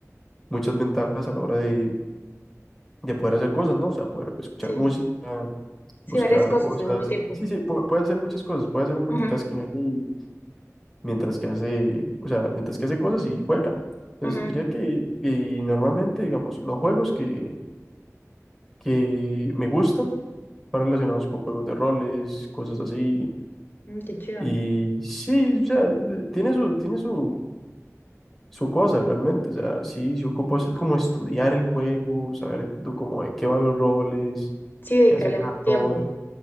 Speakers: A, in the centre; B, on the left.
A: muchas ventajas a la hora de, de poder hacer cosas, ¿no? O sea, poder escuchar
B: Sí,
A: música,
B: sí,
A: buscar
B: varias cosas
A: cosas.
B: al mismo tiempo.
A: Sí, sí, pu- puede hacer muchas cosas. Puede hacer un multitasking
B: Ujú,
A: ahí mientras que hace, o sea, mientras que hace cosas y juega. Entonces,
B: ujú,
A: diría que, y normalmente, digamos, los juegos que... que me gustan, más relacionados con juegos de roles, cosas así.
B: mm, qué chido.
A: Y sí, o sea, de- tiene su, tiene su, su cosa realmente. O sea, sí, se ocupa usted como estudiar el juego, saber do- como de qué van los roles,
B: Sí, dedicarle
A: qué hace cada
B: tiempo.
A: rol.